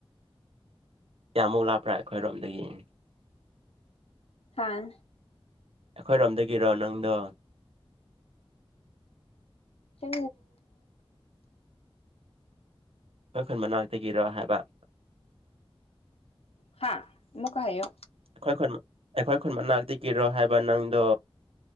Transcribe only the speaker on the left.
ꯍꯥꯥ
ꯆ
ꯍꯥꯥ ꯃ ꯀ ꯍꯥꯏꯌꯣ